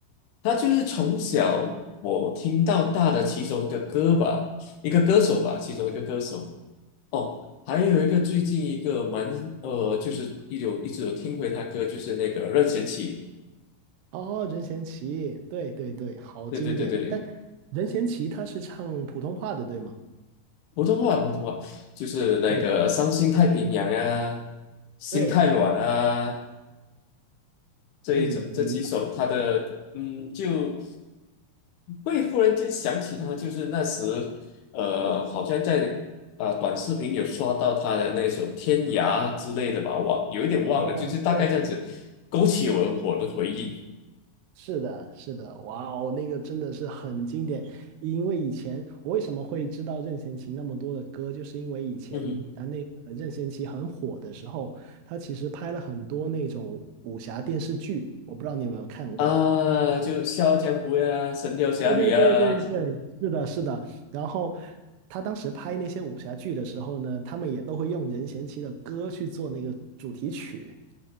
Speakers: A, on the left; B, on the right.
A: 他就是从小我听到大的其中一个歌吧，一个歌手吧，其中一个歌手。哦，还有一个最近一个蛮呃，就是一有一直有听回他歌，就是那个任贤齐。
B: 哦，任贤齐，对对对，好经典。
A: 对对对对，
B: 但任贤齐他是唱普通话的，对吗？
A: 普通话普通话，就是那个《伤心太平洋》啊，
B: 对
A: 《心太软》啊，
B: 对，
A: 这一种这几首，
B: 嗯，明白。
A: 他的嗯，就会忽然间想起他，就是那时呃，好像在呃短视频有刷到他的那首《天涯》之类的吧，忘有一点忘了，
B: 哦，
A: 就是大概这样子勾起我我的回忆。
B: 对，是的，是的，哇哦，那个真的是很经典。因为以前我为什么会知道任贤齐那么多的歌，就是因为以前啊，
A: 嗯哼，
B: 那个任贤齐很火的时候，他其实拍了很多那种武侠电视剧，我不知道你有没有看过。
A: 啊，就《笑傲江湖》呀，《神雕侠侣》啊，
B: 对对对对对，是的，是的。然后他当时拍那些武侠剧的时候呢，他们也都会用任贤齐的歌去做那个主题曲。